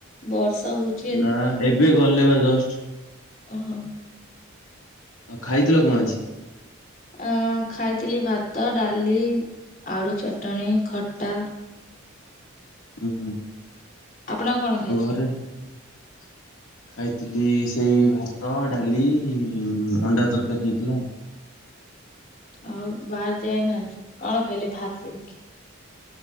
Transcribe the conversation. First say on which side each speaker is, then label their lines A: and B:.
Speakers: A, on the left; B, on the left.
A: ବର୍ଷା ହୋଉଛି?
B: ନା ଏବେ ଗଲେ ବା ଜଷ୍ଟ।
A: ଓହୋ।
B: ଆଉ ଖାଇଥିଲ କଣ ଆଜି?
A: ଅ ଖାଇଥିଲି ଭାତ ଡାଲି। ଆଳୁ ଚଟଣିୀ ଖଟା
B: ହୁଁ ହୁଁ।
A: ଆପଣ କଣ
B: ଆଉ
A: ଖାଇଥିଲେ?
B: ଘରେ <inaudible> ଖାଇଥିଲି ସେଇ ଭାତ, ଡାଲି, ଅଣ୍ଡା ତରକାରୀ ହେଇଥିଲା।
A: ଆଉ ବାହାର ଯାଉନାହାନ୍ତି କଣ ଖାଇଲେ ବାହାର ଯାଇକି?